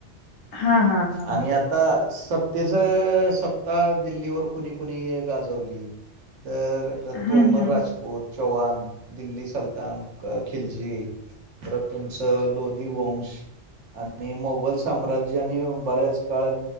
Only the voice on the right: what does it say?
आणि
आता स त्तेचं सत्ता दिल्लीवर कुणी कुणी गाजवली तर अ
तोमर
राज पुत, चौहान, दिल्ली सलतान, क खिलजी परत तुमचं लोध धी वंश आणि मोघल सम्राज्यानी बऱ्याच काळ